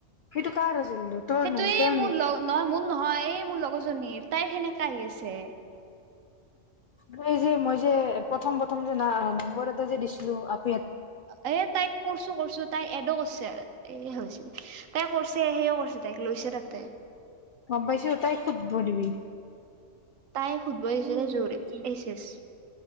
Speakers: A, on the left; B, on the right.
A: সেইটো কাৰ আছিল তোৰ
B: সেইটোৱে
A: নহয় তোৰ
B: মোৰ
A: নেকি
B: লগ নহয় মোৰ নহয় এই মোৰ লগৰজনীৰ তাই সেনেকা আহি আছে
A: মই যে মই যে প্ৰথম প্ৰথম যে ন নম্বৰ এটা যে দিছিলো আপ
B: এ তাই কৰছো কৰছো তাই এডো কৰিছে এ হৈছে তাই কৰিছে সেয়ও কৰিছে তাইক লৈছে তাতে
A: গম পাইচ তাইক সোধব দিবি
B: তাই সুধব আহিছে জৰে এই ছেচ